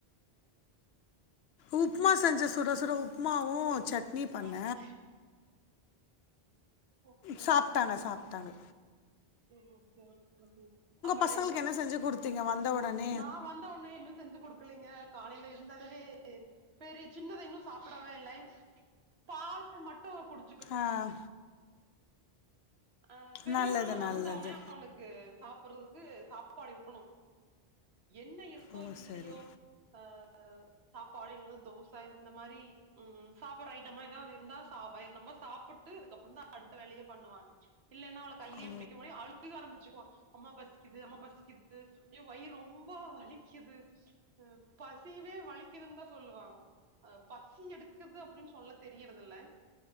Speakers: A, on the left; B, on the right.
A: உப்மா செஞ்சு சுட சுட உப்மாவு சட்னி பண்ண
B: சாப்ட்டு ஓகே
A: சாப்டாங்க சாப்டாங்க
B: <unintelligible> அப்பனா
A: பசங்களுக்கு
B: எந்து
A: என்ன செஞ்சு குடுத்தீங்க வந்த ஒடனே
B: நா வந்த ஒண்ணே என்ன செஞ்சு குடுக்க இல்லைங்க காலைல இருந்ததுவே பெரிய சின்னது இன்னு சாப்டவே இல்ல பால் மட்டு குடு
A: ஆஹ
B: ஆஹ பெரியவலா
A: நல்லது நல்லது
B: வந்த ஒனே அவனுக் கு சாப்றதுக்கு சாப்பாடு இருக்கணு என்ன இருக் இருக்கோ
A: ஓ
B: இல்லையோ
A: சரி
B: ஆஹ சாப்பாடோ இல்ல தோச இந்த மாரி உம் உம் சாப்ற ஐட்டமா ஏதாவது இருந்தா ச வயிற்றொம்ப சாப்புட்டு அதுக்கப்றோ தா அடுத்த வேலையே பண்வாங்க இல்லேன்னா அவள கைலியே
A: ஓ
B: புடிக்க முடியு அழு அழுக ஆரம்பிச்குவா அம்மா பசிக்குது அம்மா பசிக்குது ஐயோ வயிறு ரொம்போ வலிக்குது பசிவே வலிக்குதுன் தா சொல்லுவா அவ அ பசி எடுக்குது அப்டின்னு சொல்ல தெரியறதில்ல